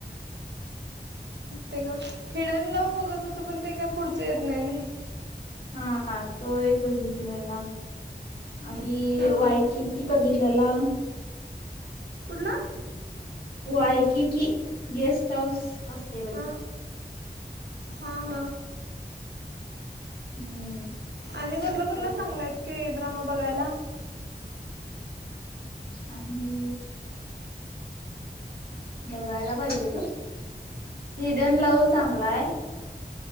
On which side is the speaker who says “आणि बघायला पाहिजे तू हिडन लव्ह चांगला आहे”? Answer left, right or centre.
Left